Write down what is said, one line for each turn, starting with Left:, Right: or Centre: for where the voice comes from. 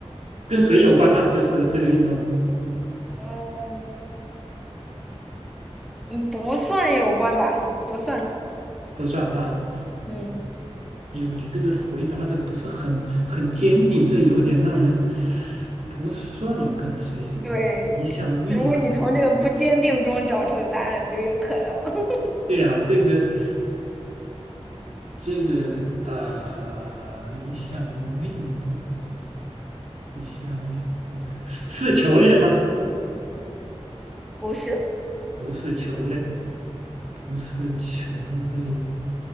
Right: 跟水有关吗？就是这个运动
Centre: 嗯，嗯不算有关吧，不算。
Right: 不算哈。
Centre: 嗯，
Right: 哎呦，你这个回答的不是很很坚定，这有点让人不算跟水有关。
Centre: 对。
Right: 一项运动，
Centre: 如果你从这个不坚定中找出答案，就有可能 <laughs>
Right: 对呀、这个这个呃，一项运动，一项运动是是球类吗？
Centre: 不是
Right: 不是球类，不是球类，